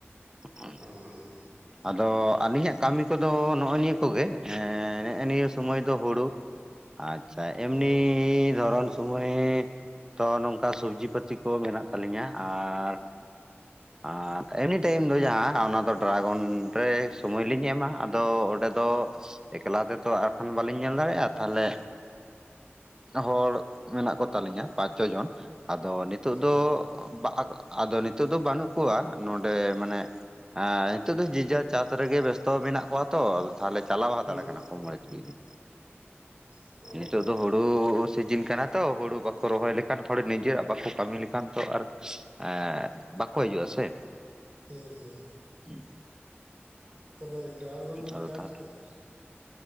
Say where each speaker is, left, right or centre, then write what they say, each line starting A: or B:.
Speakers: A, on the right; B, on the right.
A: ᱦᱩᱠ ᱩᱸ᱾
B: ᱚᱻᱚ
A: ᱟᱫᱚ ᱟᱹᱞᱤᱧᱟᱜ ᱠᱟᱹᱢᱤ ᱠᱚᱫᱚ ᱱᱚᱜᱼᱚᱭ ᱱᱤᱭᱟᱹ ᱠᱚᱜᱮ ᱱᱮᱜᱼᱮ ᱱᱤᱭᱟᱹ ᱥᱚᱢᱚᱭ ᱫᱚ ᱦᱩᱲᱩ, ᱟᱪᱪᱷᱟ ᱮᱢᱱᱤ
B: ᱚ
A: ᱫᱷᱚᱨᱚᱱ ᱥᱚᱢᱚᱭ ᱛᱚ ᱱᱚᱝᱠᱟ ᱥᱚᱵᱡᱤ ᱯᱟᱹᱛᱤ ᱠᱚ ᱢᱮᱱᱟᱜ ᱛᱟᱞᱤᱧᱟ, ᱟᱨ ᱟᱨ ᱮᱱᱤ ᱴᱟᱭᱤᱢ ᱫᱚ ᱡᱟᱦᱟᱸ ᱚᱱᱟ ᱫᱚ ᱰᱨᱟᱜᱚᱱ ᱨᱮ ᱥᱚᱢᱚᱭ ᱞᱤᱧ ᱮᱢᱟ ᱟᱫᱚ ᱚᱸᱰᱮᱫ ᱫᱚ ᱮᱠᱞᱟ ᱛᱮᱛᱚ ᱟᱠᱷᱟᱱ ᱵᱟᱹᱞᱤᱧ ᱧᱮᱞ ᱫᱟᱲᱮᱭᱟᱜᱼᱟ ᱛᱟᱦᱚᱞᱮ ᱦᱚᱲ ᱢᱮᱱᱟᱜ ᱠᱚᱛᱟ ᱞᱤᱧᱟ ᱯᱟᱸᱪᱼ ᱪᱷᱚ ᱡᱚᱱ ᱟᱫᱚ ᱱᱤᱛᱳᱜ
B: ᱚ ᱚ
A: ᱫᱚ ᱵᱟᱠ ᱟᱫᱚ ᱱᱤᱛᱚᱜ ᱫᱚ ᱵᱟᱹᱱᱩᱜ ᱠᱚᱣᱟ ᱱᱚᱰᱮ ᱢᱟᱱᱮ ᱦᱮᱸ ᱱᱤᱛᱳᱜ ᱫᱚ ᱡᱡᱟ ᱪᱟᱥ ᱨᱮᱜᱮ ᱵᱮᱥᱛᱚ ᱢᱮᱱᱟᱜ ᱠᱚᱣᱟ ᱛᱚ, ᱛᱟᱦᱞᱮ ᱪᱟᱞᱟᱣ ᱦᱟᱛᱟᱲ
B: ᱦᱩᱸ
A: ᱠᱟᱱᱟ ᱠᱚ ᱢᱚᱬᱮ ᱛᱲᱩᱭ ᱫᱤᱱ,
B: ᱦᱩᱸ ᱚ
A: ᱱᱤᱛᱚᱜ ᱦᱩᱲᱩ ᱥᱤᱡᱤᱱ ᱠᱟᱱᱟ ᱛᱚ ᱦᱩᱲᱩ ᱵᱟᱠᱚ ᱨᱚᱦᱚᱭ ᱞᱮᱠᱷᱟᱱ ᱦᱚᱲ ᱱᱤᱡᱮᱨᱟᱜ ᱵᱟᱠᱚ ᱠᱟᱹᱢᱤ ᱞᱮᱠᱷᱟᱱ ᱛᱚ ᱟᱨ ᱮᱸ ᱵᱟᱠᱚ ᱦᱤᱡᱩᱜᱼᱟ ᱥᱮ
B: ᱦᱩᱸ ᱦᱩᱸ
A: <unintelligible>
B: ᱛᱟᱦᱚᱞᱮ ᱰᱨᱟᱜᱚᱱ ᱵᱤᱱ
A: ᱟᱫᱚ
B: ᱪᱟᱥ
A: ᱛᱟᱦᱚᱞᱮ
B: ᱠᱟᱫᱟ?